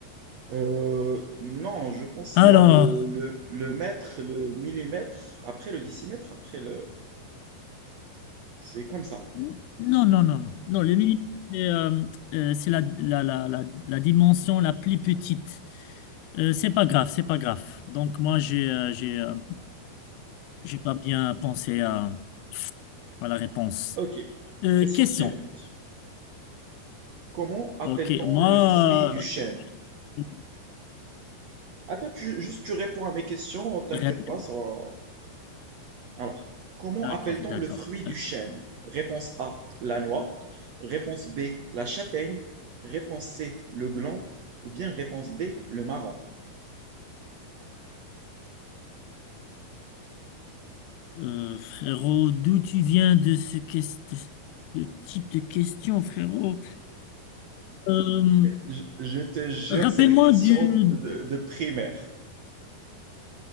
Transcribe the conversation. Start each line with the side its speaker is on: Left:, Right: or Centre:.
Right: Euh, non, je pense
Left: Alors,
Right: qu'il y a le, le, le mètre, le millimètre, après le décimètre, après le... C'est comme ça.
Left: n- non, non, non, non. Non, le millimètre, c'est euh, euh, c'est la, la, la, la, la dimension la plus petite. Euh, c'est pas grave, c'est pas grave. Donc, moi, j'ai euh, j'ai euh, j'ai pas bien pensé à, à la réponse.
Right: Ok.
Left: Euh,
Right: Question
Left: question.
Right: suivante. Comment appelle-t-on
Left: Ok, moi,
Right: le fruit du chêne?
Left: euh,
Right: Attends, tu, juste tu réponds à mes questions, t'inquiète
Left: répète.
Right: pas, ça va... Alors, comment
Left: D'accord,
Right: appelle-t-on
Left: d'accord.
Right: le fruit du
Left: Euh,
Right: chêne? Réponse A, la noix. Réponse B, la châtaigne. Réponse C, le gland. Ou bien réponse D, le marron.
Left: Euh, frérot, d'où tu viens de ce, ques- de ce type de question, frérot? Euh,
Right: Je, je te jure,
Left: rappelle-moi
Right: c'est des questions
Left: du...
Right: de, de primaire.